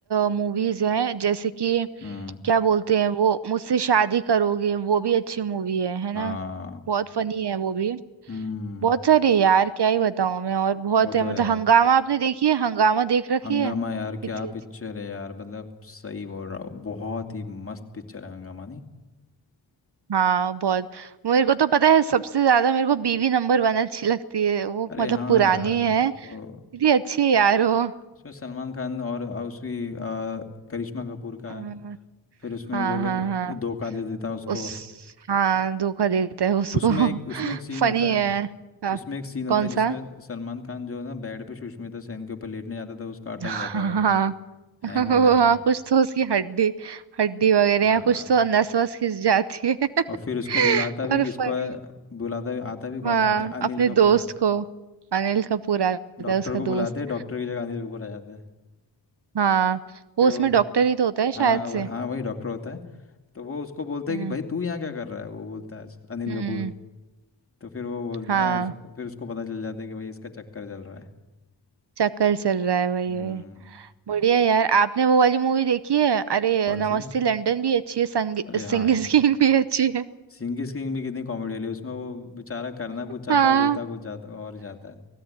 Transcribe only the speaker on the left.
हम्म
हाँ
हम्म
वो तो
है
हंगामा
यार क्या
पिक्चर है यार मतलब सही बोल रहा हूँ बहुत ही मस्त पिक्चर है हंगामा नहीं
अरे
हाँ
यार
वो
उसमें सलमान खान और और उसकी अ, करिश्मा कपूर का
है फिर उसमें
वो लोग
धोखा दे देता है उसको
उसमें एक उसमें
एक सीन
होता
है
उसमें एक सीन होता
है
जिसमें सलमान खान जो है ना बेड पे सुष्मिता सेन के ऊपर लेटने जाता है तो उसका अटक
जाता है वो
हैंग हो जाता
है
हाँ
और फिर उसको बुलाता भी
किसको
है बुलाता भी आता भी कौन
है अनि, अनिल
कपूर आता
है
डॉक्टर
को
बुलाते हैं डॉक्टर की जगह अनिल कपूर आ जाता है
फिर
वो
हाँ
वो, हाँ वही डॉक्टर होता है तो वो उसको बोलता
है कि भाई तू यहाँ क्या कर रहा है वो बोलता है अनिल
कपूर तो फिर वो बोलता
है उस, फिर उसको पता चल जाता है कि भाई इसका चक्कर चल रहा है
हम्म
कौन
सी
अरे
हाँ यार
सिंह की किंग भी कितनी कॉमेडी वाली है उसमें वो बेचारा करना कुछ चाहता
है होता कुछ जाता और जाता है